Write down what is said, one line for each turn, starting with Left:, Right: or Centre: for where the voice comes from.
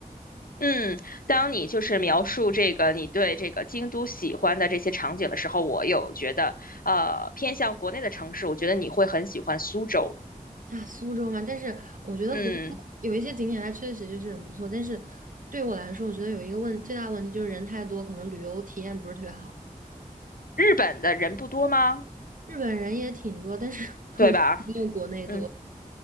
Left: 嗯，当你就是描述这个你对这个京都喜欢的这些场景的时候，我有觉得，呃，偏向国内的城市，我觉得你会很喜欢苏州。
Right: 啊，苏州嘛，但是我觉得国内有一些景点它确实就是很不错，
Left: 嗯，
Right: 但是对我来说，我觉得有一个问最大的问题就是人太多，可能旅游体验不是特别好。
Left: 日本的人不多吗？
Right: 日本人也挺多，但是 <laughs>
Left: 对吧？
Right: 我觉得没有国内多。
Left: 嗯。